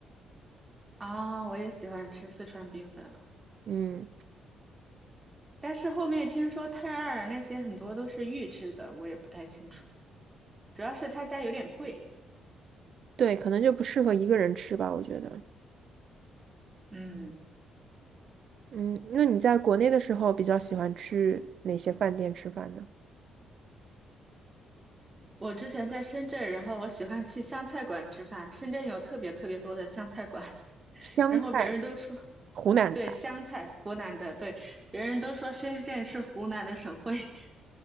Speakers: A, on the right; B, on the right.
A: 啊，我也喜欢吃四川冰粉，
B: 嗯，
A: 但是后面听说泰尔那些很多都是预制的，我也不太清楚。主要是他家有点贵。
B: 对，可能就不适合一个人吃吧，我觉得。
A: 嗯，
B: 嗯，那你在国内的时候比较喜欢去哪些饭店吃饭呢？
A: 我之前在深圳，然后我喜欢去湘菜馆吃饭。深圳有特别特别多的湘菜馆，<laughs>
B: 湘菜、
A: 然后别人都说，
B: 湖南菜，
A: 对，湘菜，湖南的，对，别人都说深圳是湖南的省会。<laughs>